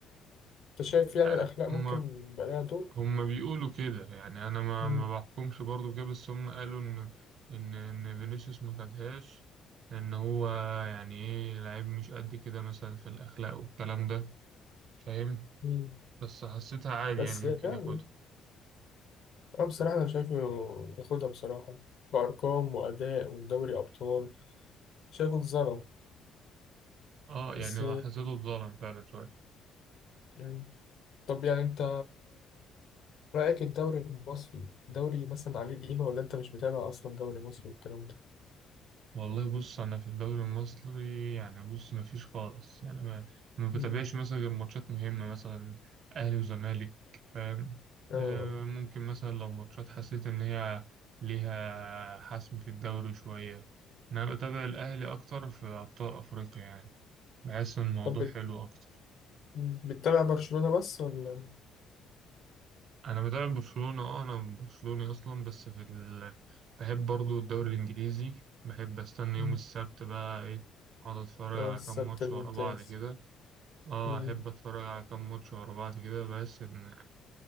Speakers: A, on the left; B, on the right.
A: أنت شايف
B: مش
A: يعني
B: عارف
A: الأخلاق
B: هما
A: ممكن يبقى لها دور
B: هم بيقولوا كده يعني انا ما
A: مم.
B: ما بحكمش برضو كده بس هم قالوا ان ان ان فينيسيوس ما خدهاش ان هو يعني ايه لعيب مش قد كده مثلا في الاخلاق والكلام ده فاهم
A: مم.
B: بس حسيتها عادي
A: بس
B: يعني ممكن
A: يعني
B: ياخدها
A: أنا بصراحة أنا شايفه ياخدها بصراحة كأرقام وأداء ودوري أبطال شايفه اتظلم
B: اه يعني
A: بس
B: حسيته اتظلم فعلا شوية
A: مم. طب يعني أنت رأيك الدوري المصري دوري مثلا عليه القيمة ولا أنت مش متابع أصلا دوري مصري والكلام ده؟
B: والله بص انا في الدوري المصري يعني بص ما فيش خالص يعني ما ما بتابعش
A: مم.
B: مثلا غير ماتشات مهمه مثلا اهلي وزمالك فاهم
A: آه آه.
B: آه ممكن مثلا لو ماتشات حسيت ان هي ليها حسم في الدوري شويه انا بتابع الاهلي اكتر في ابطال افريقيا يعني بحس ان الموضوع
A: طب بت...
B: حلو اكتر
A: مم. بتتابع برشلونة بس ولا؟
B: انا بتابع برشلونه اه انا برشلوني اصلا بس في ال... بحب برضو الدوري الانجليزي بحب استنى
A: مم.
B: يوم السبت بقى ايه اقعد اتفرج
A: آه
B: على
A: السبت
B: كام ماتش
A: الممتاز
B: ورا بعض كده اه
A: مم.
B: احب اتفرج على كام ماتش ورا بعض كده بس ان